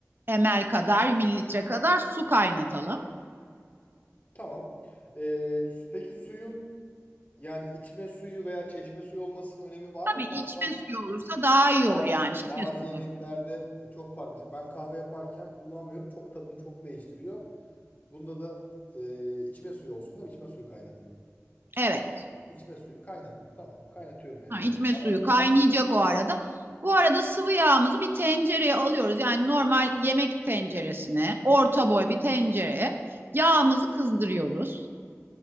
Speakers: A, on the right (about 45°); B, on the left (about 35°).
A: ml kadar mililitre kadar su kaynatalım.
B: tamam. E, peki suyun Yani içme suyu veya çeşme suyu olmasının önemi var
A: Tabii
B: mı
A: içme
B: fazla?
A: suyu olursa daha iyi
B: Ba-
A: olur yani
B: hani
A: şişe
B: Bazı
A: suyu.
B: yemeklerde e, çok fark. Mesela ben kahve yaparken kullanmıyorum. Çok tadını çok değiştiriyor. Bunda da e, içme suyu olsun değil mi? İçme suyu kaynatayım.
A: Evet.
B: İçme suyunu kaynattım. Tamam. Kaynatıyorum yani
A: Ha,
B: şu
A: içme
B: an. Arazi-
A: suyu kaynayacak o arada. Bu arada sıvı yağımızı bir tencereye alıyoruz. Yani normal yemek tenceresine, orta boy bir tencereye yağımızı kızdırıyoruz.